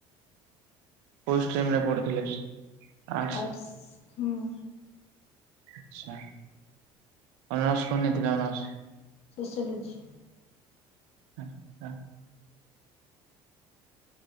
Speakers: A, on the right; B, on the left.
A: କୋଉ ଷ୍ଟ୍ରିମ୍ ରେ ପଢୁଥିଲେ? ଆର୍ଟ୍ସ
B: ଆଟ୍ସ ହୁଁ।
A: ଆଛା। ଅନର୍ସ କଣ ନେଇଥିଲ ଅନର୍ସ?
B: ସୋଶିଓଲୋଜି।
A: ଆ ଆ